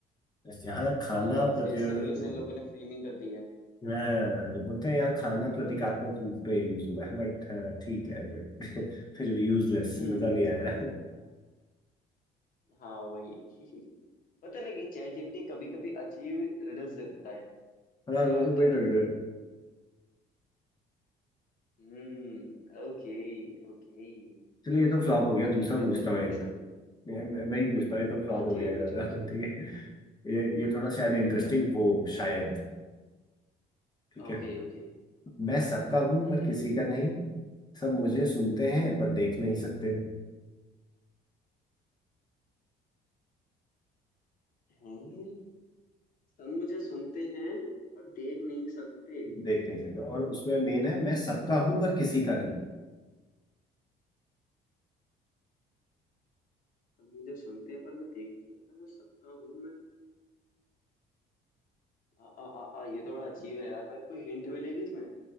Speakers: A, on the left; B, on the left.
A: यहाँ खाना
B: आ, अच्छा
A: प्रतियोगिता
B: इस तरीके से इन लोगों ने फ्रेमिंग कर दी है
A: मैं बोलते हैं यार खाना प्रतीकात्मक रूप पे यूज हुआ है बट ठीक है बट <laughs> फिर भी यूजलेस
B: हम्म
A: मजा नहीं
B: समझ
A: आया
B: गया समझ गया हाँ वही <laughs> पता लगे चैट जीपीटी कभी कभी अजीब रिडल्स दे देता है
A: हाँ
B: ये
A: मुझे
B: बात
A: वही
B: तो
A: लग
B: है
A: रहा है
B: हम्म ओके ओके
A: चलो ये तो फ्लॉप
B: ओके
A: हो गया दूसरा
B: मैं
A: पूछता
B: कुछ
A: हूँ
B: पूछूं
A: एक मैं मैं मैं ही पूछता हूँ ये तो फ्लॉप
B: हाँ
A: हो
B: ठीक
A: गया
B: है
A: ये
B: पूछो
A: वाला
B: पूछो
A: <laughs> ठीक है ये ये
B: हाँ हाँ
A: थोड़ा शायद इंटरेस्टिंग
B: ठीक है
A: हो शायद ठीक
B: Okay
A: है
B: okay
A: मैं सबका हूँ
B: हम्म
A: पर किसी
B: हम्म।
A: का नहीं सब मुझे सुनते हैं पर देख नहीं सकते
B: हैं सब मुझे सुनते हैं पर देख नहीं सकते
A: देख नहीं सकते और उसमें मेन है मैं सबका हूँ पर किसी का नहीं
B: सब मुझे सुनते हैं पर मैं देख नहीं सकता मैं सबका हूँ मैं आ, आ, आ, आ, ये तो बड़ा अजीब है यार भाई कोई हिंट मिलेगी इसमें?